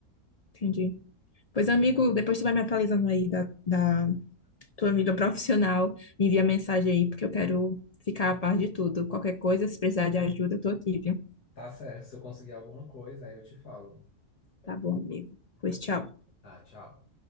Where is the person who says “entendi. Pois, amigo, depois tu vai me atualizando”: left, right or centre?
Left